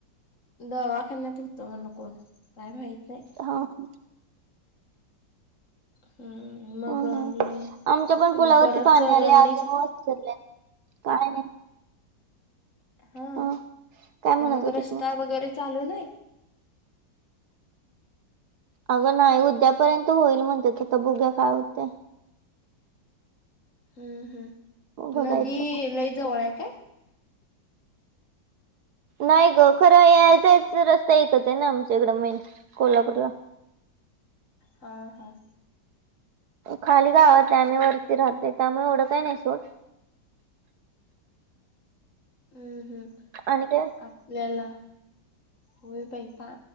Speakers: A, on the left (about 45°); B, on the right (about 65°).
A: दवाखान्यात होतं मण कोण काय माहीत नाही.
B: हा ह.
A: हम्म मग
B: हा
A: आणि
B: हा. आमच्या पण पुलावरती
A: परत
B: पाणी
A: सरणनी
B: आले अजून
A: सांग
B: काय नाही
A: हा
B: ह काय म्हणत
A: मग
B: होते
A: रस्ता वगैरे चालू नाही
B: अगं नाही उद्यापर्यंत होईल म्हणते तर तर बुग्या काय होतते
A: हम्म हम्म
B: बघायचं
A: नदी
B: मग
A: लय जवळ आहे काय?
B: नाही ग खरं यायचा आहेच रस्ता एकच आहे ना आमच्या इकडं मेन कोल्हापूरला
A: हा हा
B: खाली गावात त्यामे वरती राहते त्यामुळे एवढं काही नाही सोड
A: हम्म हम्म
B: आणि का
A: आपल्याला होय बाई पा